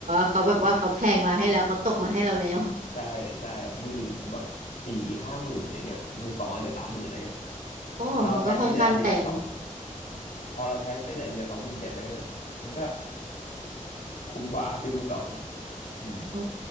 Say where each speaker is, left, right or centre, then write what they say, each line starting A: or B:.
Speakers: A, on the right (about 85°); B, on the left (about 80°).
A: เขาแบบว่าเขาแพงมาให้แล้วเขาตกมาให้เราแล้ว
B: ใช่ใช่ครับมือหนึ่งแบบสี่ห้าหมื่นอย่างเงี้ยมือสองอเดี๋ยวสามหมื่นอะไรเงี้ย
A: อ๋อมันก็ค่อนข้างแตกเลย
B: แล้วเราใช้ไปเรื่อยอะเจืสอง พอเราใช้ไปเรื่อยอาจจะเหลือสองหมื่นเจ็ดอะไรเงี้ยน่ะมันก็คุ้มกว่าถ้าซื้อมือสองอืม
A: อื